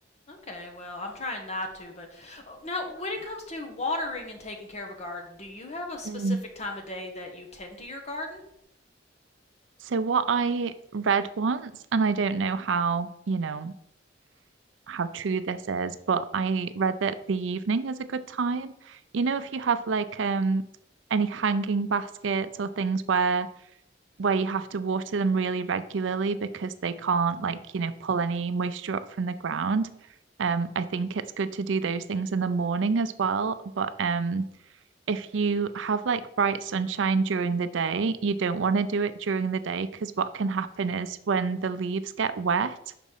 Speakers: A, on the left; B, on the right.
A: Okay, well, I'm trying not to, but oh, now when it comes to watering and taking care of a garden, do you have a specific
B: Mm.
A: time of day that you tend to your garden?
B: So what I read once, and I don't know how, you know. how true this is, but I read that the evening is a good time. You know, if you have like um any hanging baskets or things where where you have to water them really regularly because they can't like, you know, pull any moisture up from the ground. Um, I think it's good to do those things in the morning as well. But um, if you have like bright sunshine during the day, you don't want to do it during the day because what can happen is when the leaves get wet,